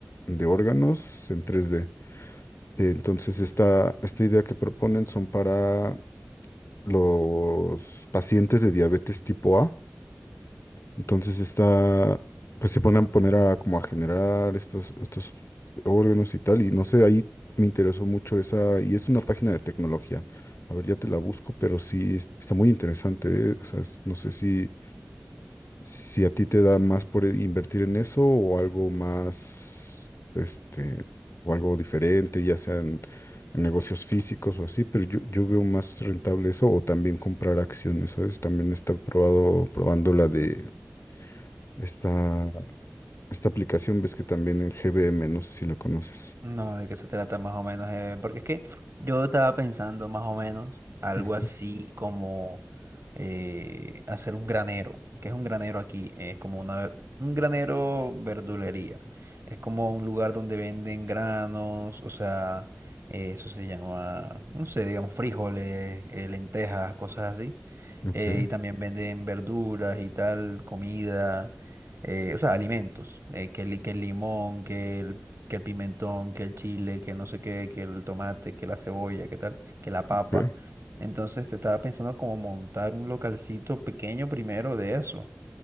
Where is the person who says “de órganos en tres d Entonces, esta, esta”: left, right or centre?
Left